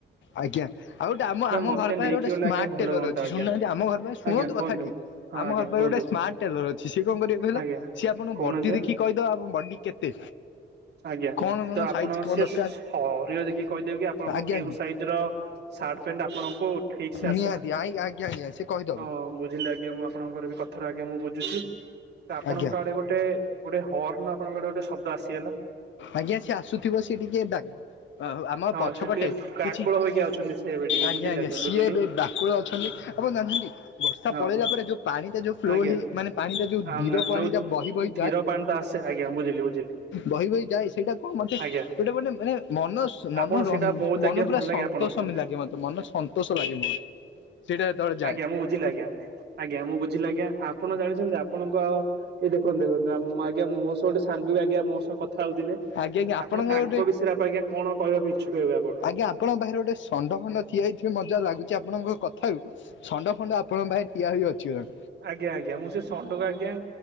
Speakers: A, on the left; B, on the right.
A: ଆଜ୍ଞା ଆଉ ଗୋଟେ ଆମ ଆମ
B: ମତେ
A: ଘର ପାଖରେ
B: ନେଇକି
A: ଗୋଟେ
B: ଗଲେ
A: ସ୍ମାର୍ଟ
B: ଆଜ୍ଞା ଭଲ
A: ଟେଲର
B: ହୁଅନ୍ତା
A: ଅଛି
B: ଆଜ୍ଞା
A: ଶୁଣୁନାହାନ୍ତି ଆମ ଘର ପାଇଁ ଶୁଣନ୍ତୁ
B: ଆଜ୍ଞା କୁହନ୍ତୁ।
A: କଥା ଟିକେ।
B: ହଁ
A: ଆମ
B: ଆଜ୍ଞା
A: ଘର ପାଖରେ
B: କୁହନ୍ତୁ
A: ଗୋଟେ ସ୍ମାର୍ଟ ଟେଲର ଅଛି ସିଏ କଣ କରିବ କହିଲ
B: ଆଜ୍ଞା
A: ସିଏ ଆପଣ
B: କହୁନାହାନ୍ତି
A: ବଡି ଦେଖି କହିବ କହିଦବ ଉଁ ବଡି କେତେ?
B: ଆଜ୍ଞା
A: କଣ କଣ
B: ତ ଆପଣ
A: ସାଇଜ କଣ
B: ସେ
A: ଦରକାର
B: ଶରୀର ଦେଖି କହିଦେବେ କି ଆପଣଙ୍କୁ
A: ଆଜ୍ଞା
B: କେଉଁ
A: ଆଜ୍ଞା
B: ସାଇଜ ର ସାର୍ଟ ପେଣ୍ଟ ଆପଣଙ୍କୁ ଠିକ ସେ ଆସିବ
A: ନିହାତି ଆଜ୍ଞା ଆଜ୍ଞା ସେ କହିଦବ।
B: ହ ବୁଝିଲେ ଆ ଆଜି ମୁଁ ଆପଣଙ୍କର ବି କଥା ଟା ମୁଁ ବୁଝୁଛି ତ ଆପଣଙ୍କ
A: ଆଜ୍ଞା
B: ଆଡେ ଗୋଟେ ଗୋଟେ ହର୍ଣ୍ଣ। ଆପଣଙ୍କଟେ ଗୋଟେ ଶବ୍ଦ ଆସିଗଲା।
A: ଆଜ୍ଞା ସେ ଆସୁଥିବ ସେ ଟିକେ ଡା ଆମ
B: ହଁ
A: ପଛପଟେ
B: ସେ ଟିକେ କାକୁଳ
A: କିଛି
B: ହେଇକି ଆଉଛନ୍ତି ସେ ଏବେ ଟିକେ
A: ଆଜ୍ଞା
B: ବୁଝିଲେ
A: ଆଜ୍ଞା ସିଏ
B: ବୁଝିଲି
A: ଏବେ ଡାକୁଳ ଅଛନ୍ତି। ଆପଣ ଜାଣିଛନ୍ତି ବର୍ଷା
B: ହଁ
A: ପଳେଇଲା ପରେ ଯୋଉ ପାଣିଟା ଯୋଉ ଫ୍ଲୋ
B: ଆଜ୍ଞା।
A: ହେଇ ମାନେ ପାଣିଟା ଯଉ
B: ଆମ୍
A: ଧିର
B: ନା
A: ପାଣିଟା
B: ଯୋଉ
A: ବହି-ବହି।
B: ଧୀର ପାଣି ତ ଆସେ ଆଜ୍ଞା ବୁଝିଲି ବୁଝିଲି।
A: ବହି ବହି ଯାଏ ସେଇଟା କଣ ମତେ ସେଇଟା
B: ଆଜ୍ଞା
A: ଗୋଟେ ମତେ ମନ। ମନ
B: ଆପଣ ସେଇଟା
A: ରନ୍
B: ବହୁତ ଆଜ୍ଞା
A: ମନ
B: ଭଲ
A: ପୁରା ସନ୍ତୋଷନ
B: ଲାଗେ ଆପଣଙ୍କୁ
A: ଲାଗେ ମତେ ମନ ସନ୍ତୋଷ ଲାଗେ ମୋର। ସେଇଟା ଯେତେବେଳେ ଯାଏ
B: ଆଜ୍ଞା ମୁଁ ବୁଝିଲ ଆଜ୍ଞା ଆଜ୍ଞା ମୁଁ ବୁଝିଲ ଆଜ୍ଞା ଆପଣ ଜାଣିଛନ୍ତି ଆପଣଙ୍କ ଆଉ। ଏଇ ଦେଖନ୍ତୁ ଦେଖନ୍ତୁ ମୁଁ ଆଜ୍ଞା ମୋ ସହ ଗୋଟେ ସାଙ୍ଗ ବି ଆଜ୍ଞା ମୋ ସହ କଥା ହଉଥିଲେ।
A: ଆଜ୍ଞା ଆଜ୍ଞା ଆପଣଙ୍କ
B: ଆପଣ ତାଙ୍କ
A: ଗୋଟେ
B: ବିଷୟରେ ଆପଣ ଆଜ୍ଞା କଣ କହିବାକୁ ଇଚ୍ଛୁକ ହେବେ ଆପଣ।
A: ଆଜ୍ଞା ଆପଣଙ୍କ ବାହରେ ଗୋଟେ ଷଢ ଖଣ୍ଡ ତିଆ ହେଇଥିବ ମଜା ଲାଗୁଛି ଆପଣଙ୍କ କଥାରୁ। ଷଣ୍ଢ ଫଣ୍ଡ ଆପଣଙ୍କ ପାଇଁ ଠିଆ ହେଇ ଅଛି।
B: ଆଜ୍ଞା ଆଜ୍ଞା ମୁଁ ସେଇ ଷଣ୍ଢକୁ ଆଜ୍ଞା